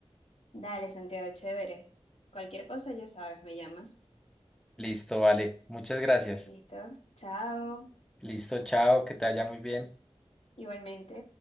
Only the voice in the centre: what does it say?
Listo, vale. Muchas gracias.
Listo, chao, que te vaya muy bien.